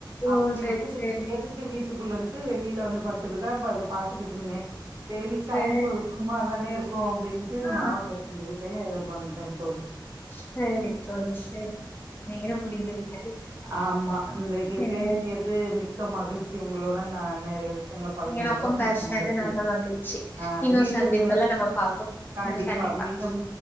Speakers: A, on the left; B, on the right.
A: ஓ
B: அப்படி
A: சேரி
B: இருக்குது
A: சேரி
B: ஏதுக்கு வீட்டுக்குள்ளன்ட்டு வெளியில வந்து இப்படி தான் பாத்துக்கிட்டு இருந்தேன் சரி
A: சேரி
B: டைம்பாஸ் சும்மா தானே இருக்கோ அப்படின்ட்டு
A: ஆ
B: மாவு பேசன்ஜிகிட்டே இது பண்றேன் தோலி
A: <unintelligible> சரி போ சரி நேர முடிந்து விட்டாது
B: ஆமா இன்னைக்கு
A: சரியா
B: பேசியது மிக்க மகிழ்ச்சி உங்களோட ந நிறைய விஷயங்க பகிர்ந்துகிட்டோம்
A: எனக்கும் பேசுனது
B: முக்க மகிழ்ச்சி
A: நல்ல மகிழ்ச்சி
B: ஆஹ்
A: இன்னும்
B: மீண்டும்
A: சந்திப்புல நம்ம பாப்போம்
B: கண்டிப்பாக
A: ம் கண்டிப்பா
B: மீண்டும்
A: ப